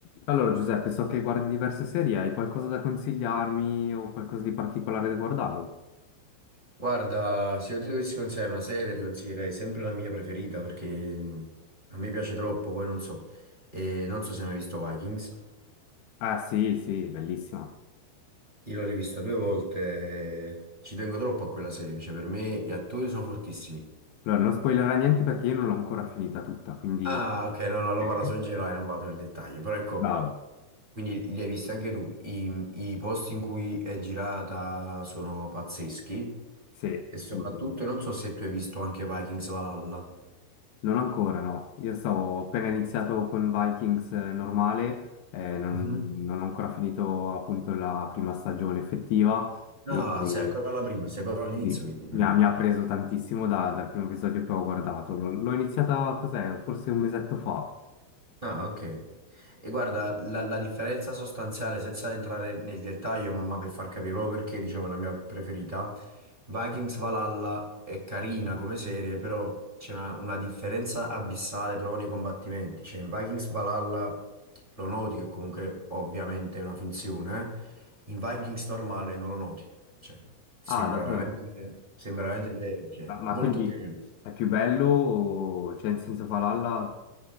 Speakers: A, on the left (about 80°); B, on the right (about 15°).
A: Allora, Giuseppe, so che guardi diverse serie, hai qualcosa da consigliarmi o qualcosa di particolare da guardare?
B: Guarda, se io ti dovessi consigliare una serie, ti consiglierei sempre la mia preferita perché a me piace troppo, poi non so. E non so se hai mai visto Vikings.
A: Ah, sì, sì, bellissima.
B: Io l'ho rivista due volte, eh, ci tengo troppo a quella serie, cioè per me gli attori sono fortissimi.
A: Allora, non spoilerà niente perché io non l'ho ancora finita tutta, quindi...
B: Ah, ok, no, no, lo
A: <laughs>
B: parlo solo in generale, non vado nel dettaglio, però ecco,
A: Bravo.
B: quindi li hai visti anche tu. I, i posti in cui è girata sono pazzeschi
A: Sì,
B: e soprattutto,
A: confermo.
B: non so se tu hai visto anche Vikings Valhalla.
A: non ancora, no. Io stavo ho appena iniziato con Vikings eh, normale, eh, non,
B: Mhm.
A: non ho ancora finito appunto la prima stagione effettiva
B: No,
A: e,
B: sei ancora alla prima, sei proprio all'inizio
A: Lì.
B: quindi. mm.
A: Mi ha, mi ha preso tantissimo da- dal primo episodio che ho guardato. L'ho l'ho iniziata, cos'è? Forse un mesetto fa.
B: Ah, ok. E guarda, la, la differenza sostanziale, senza entrare nel dettaglio, ma, ma per far capire proprio perché, diciamo, è la mia preferita, Vikings Valhalla è carina come serie, però c'è una, una differenza abissale proprio nei combattimenti. Cioè, in Vikings Valhalla lo noti che comunque ovviamente è una finzione, eh. in Vikings normale non lo noti. Cioè, sembra
A: Ah, Ah, davvero?
B: veramente,
A: Eh,
B: sembra veramente vero, cioè,
A: ma, ma
B: molto
A: quindi
B: più realistico.
A: è più bello o cioè in senso Valhalla